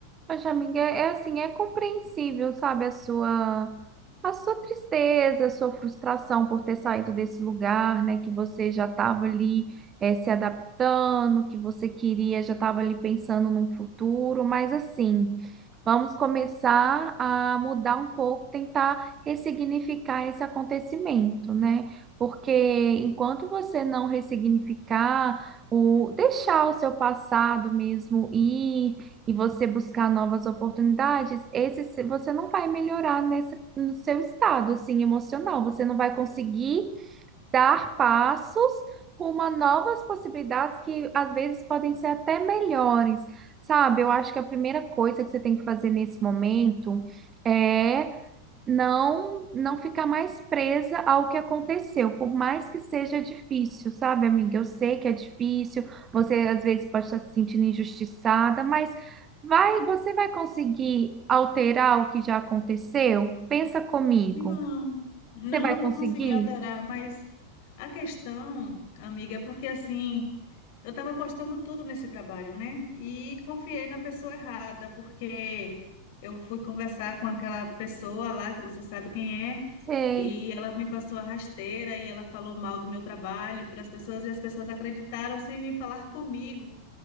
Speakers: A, on the right; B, on the left.
A: Poxa, amiga, é é assim, é compreensível, sabe, a sua, a sua tristeza, a sua frustração por ter saído desse lugar, né, que você já estava ali eh, se adaptando, que você queria, já estava ali pensando num futuro, mas assim, vamos começar a mudar um pouco, tentar ressignificar esse acontecimento, né, porque enquanto você não ressignificar, o, deixar o seu passado mesmo ir, e você buscar novas oportunidades, esse se- você não vai melhorar nesse, no seu estado assim emocional. Você não vai conseguir dar passos rumo a novas possibilidades que às vezes podem ser até melhores, sabe? Eu acho que a primeira coisa que você tem que fazer nesse momento é não não ficar mais presa ao que aconteceu, por mais que seja difícil, sabe, amiga? Eu sei que é difícil, você às vezes pode estar se sentindo injustiçada, mas vai, você vai conseguir alterar o que já aconteceu? Pensa comigo.
B: Não, não,
A: Você vai
B: não vou
A: conseguir?
B: conseguir alterar, mas a questão, amiga, é porque assim. Eu estava apostando tudo nesse trabalho, né? E confiei na pessoa errada, porque eu fui conversar com aquela pessoa lá, que você sabe quem é,
A: Sei.
B: e ela me passou a rasteira e ela falou mal do meu trabalho para as pessoas, e as pessoas acreditaram sem vir falar comigo.